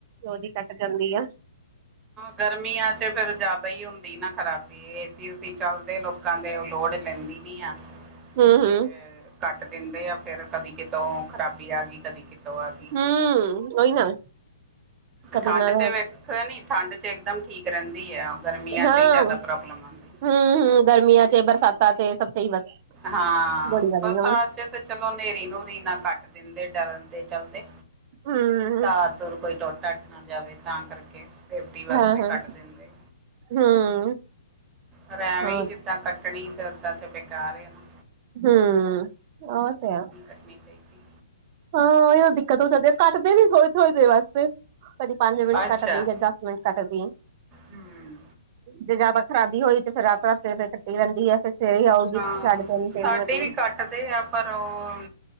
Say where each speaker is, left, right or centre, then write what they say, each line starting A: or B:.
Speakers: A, on the right (about 40°); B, on the right (about 20°).
A: ਰੋਜ਼ ਹੀ ਕੱਟ ਜਾਂਦੀ ਆ।
B: ਗਰਮੀਆਂ ਚ ਫੇਰ ਜ਼ਿਆਦਾ ਹੀ ਹੁੰਦੀ ਨਾ ਖਰਾਬ। ਏਸੀ ਏਸੀ ਚਲਦੇ ਲੋਕਾਂ ਦੇ ਉਹ ਲੋੜ ਲੈਂਦੀ ਨੀ ਆ।
A: ਹੂੰ
B: ਤੇ
A: ਹੂੰ,
B: ਕੱਟ ਦਿੰਦੇ ਆ ਫਿਰ ਕਦੀ ਕਿਤੋਂ ਖ਼ਰਾਬੀ ਆ ਗਈ, ਕਦੀ ਕਿਤੋਂ ਆ ਗਈ।
A: ਹੂੰ, ਉਹੀ ਨਾ ਕਦੇ
B: ਠੰਡ
A: ਨਾ
B: ਤੇ
A: ਹਾਂ
B: ਵੇਖ ਨੀ ਠੰਡ ਤੇ ਇਕ ਦਮ ਠੀਕ ਰਹਿੰਦੀ ਹੈ। ਗਰਮੀਆਂ
A: ਹਾਂ
B: ਚ ਹੀ ਜ਼ਿਆਦਾ
A: ਹੂੰ
B: ਪ੍ਰੋਬਲਮ ਆਉਂਦੀ
A: ਹੂੰ, ਗਰਮੀਆਂ ਚ ਬਰਸਾਤਾਂ ਚ ਸਭ ਸਹੀ ਬਸ।
B: ਹਾਂ
A: ਗੋਲੀ ਗਾਲੀ
B: ਬਰਸਾਤ
A: ਹਾਂ।
B: ਚ ਤੇ ਚਲੋ ਹਨੇਰੀ ਨੂਰੀ ਨਾ ਕੱਟ ਦਿੰਦੇ ਡਰਨ ਦੇ ਚਲਦੇ।
A: ਹੂੰ
B: ਧਾਰ ਤੁਰ ਕੋਈ ਟੁੱਟੱਟ ਨਾ ਜਾਵੇ ਤਾਂ ਕਰਕੇ। ਸੇਫਟੀ ਵਾਸਤੇ
A: ਹਾਂ ਹਾਂ
B: ਕੱਟ ਦਿੰਦੇ
A: ਹਾਂ, ਹੂੰ
B: ਰਹਿਵੇਂ
A: ਹਾਂ
B: ਜਿੱਦਾਂ ਕੱਟਣੀ ਤੇ ਦਾਂ ਤੇ ਬੇਕਾਰ ਨਾ।
A: ਹੂੰ। ਉਹ ਤੇ ਹੈ।
B: ਅਭੀ ਹੈਗੀ।
A: ਹਾਂ। ਇਹ ਤਾਂ ਦਿੱਕਤ ਹੋ ਸਕਦੀ ਆ ਕੱਟਦੇ ਨੀ ਥੋੜੇ- ਥੋੜੇ ਦੇਰ ਵਾਸਤੇ। ਕਦੀ ਪੰਜ ਮਿੰਟ
B: ਅੱਛਾ
A: ਕੱਟ ਨੀ ਹੈਗਾ। ਟ ਕਟਦੀ
B: ਹਮ,
A: ਜੇ ਜ ਆਪਾਂ ਖਰਾਬੀ ਹੋਈ ਤੇ ਫਿਰ ਰਾਤ- ਰਾਤ ਕੱਟੀ ਰਹਿੰਦੀ ਆ ਫਿਰ। ਸਵੇਰੇ ਆਊਗੀ
B: ਹਾਂ।
A: ਸਾਢੇ ਤਿੰਨ ਤਿੰਨ
B: ਸਾਡੇ
A: ਵਜੇ
B: ਵੀ ਕੱਟਦੇ ਆ, ਪਰ ਉਹ